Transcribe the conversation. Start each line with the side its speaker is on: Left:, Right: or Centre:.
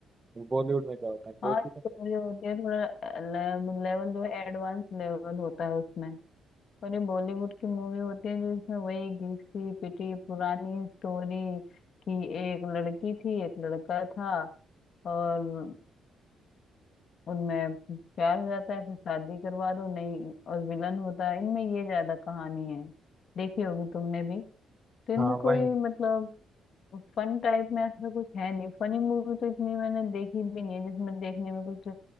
Right: है बॉलीवुड में क्या होता है कॉपी
Left: हाँ स्टोरी
Right: का
Left: होती है थोड़ा लेवल जो है एडवांस लेवल होता है उसमें और ये बॉलीवुड की मूवी होती है जो इसमें वही घिसी पिटी पुरानी स्टोरी कि एक लड़की थी एक लड़का था और उनमें प्यार हो जाता है फिर शादी करवा दो नहीं और विलन होता है इनमें ये ज्यादा कहानी है देखी होगी तुमने भी तो इनमें
Right: हाँ
Left: कोई
Right: वही
Left: मतलब फन टाइप में ऐसा कुछ है नहीं फनी मूवी तो इतनी मैंने देखी भी नहीं है जिसमें देखने में कुछ